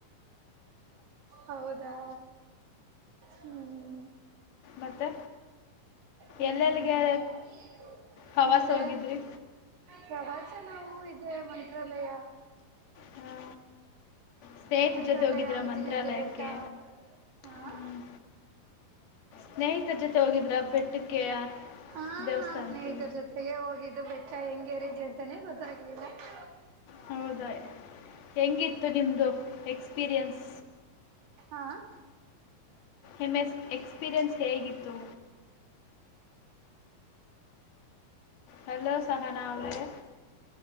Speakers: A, on the right (about 65°); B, on the left (about 80°).
A: ಹೌದಾ ಹ್ಮ್
B: ಮತ್ತೆ
A: ಹ್ಮ್
B: ಎಲ್ಲೆಲ್ಲಿಗೆ
A: <inaudible>
B: ಹವಾಸ
A: ಅಂದ್ರೆ
B: ಹೋಗಿದ್ರಿ
A: ಪ್ರವಾ ನಾವು ಇದೆ ಮಂತ್ರಾಲಯ
B: ಹಾ ಸ್ನೇಹಿತ್ರ್
A: ಮಂತ್ರಾಲಯ
B: ಜೊತೆ ಹೋಗಿದ್ರ
A: ಆಂಜನೇದ್ರಿ
B: ಮಂತ್ರಾಲಯಕ್ಕೆ,
A: ಬೆಟ್ಟ ಹಾ
B: ಹ್ಮ್ ಸ್ನೇಹಿತ್ರ್ ಜೊತೆ ಹೋಗಿದ್ರ ಬೆಟ್ಟಕ್ಕೆ
A: ಹಾ
B: ದೇವಸ್ಥಾನಕ್ಕೆ
A: ಸ್ನೇಹಿತರ್ ಜೊತೆಗೆ ಹೋಗಿದ್ದು ಬೆಟ್ಟ ಹೆಂಗೆ ಇದೆ ಅಂತಾನೇ ಗೊತ್ತಾಗ್ಲಿಲ್ಲ <inaudible>
B: ಹೌದ ಹೆಂಗಿತ್ತು ನಿಮ್ದು ಎಕ್ಸ್ಪೀರಿಯನ್ಸ್?
A: ಆಹ್
B: ಇಮೆಸ್ ಎಕ್ಸ್ಪೀರಿಯೆನ್ಸ್ ಹೇಗಿತ್ತು ಹಲೋ ಸಹನಾ ಅವ್ರೇ,